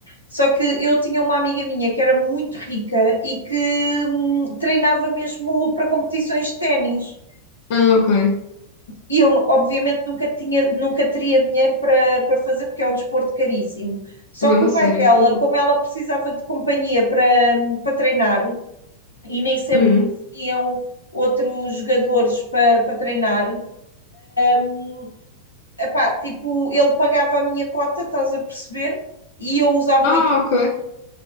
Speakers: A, on the left; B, on the left.
A: só que eu tinha uma amiga minha que era muito rica e que hum, treinava mesmo para competições de ténis.
B: Ah, ok.
A: E eu, obviamente, nunca tinha, nunca teria dinheiro para, para fazer, porque é um desporto caríssimo. Só
B: Mesmo
A: que o
B: a
A: pai
B: sério,
A: dela,
B: fogo.
A: como ela precisava de companhia para, para treinar, e nem sempre
B: Hum.
A: conseguiam outros jogadores para, para treinar, hum, epá, tipo, ele pagava a minha cota, estás a perceber? E eu usava
B: Ah,
A: o equipe.
B: ok.